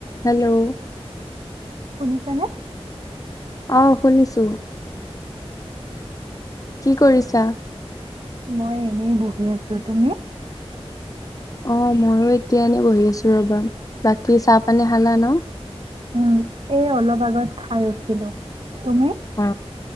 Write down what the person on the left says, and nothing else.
Hello
অ শুনিছো কি কৰিছা
অ মইয়ো এতিয়াএনে বহি আছো ৰবা বাকী চাহ পানী খালা ন
উ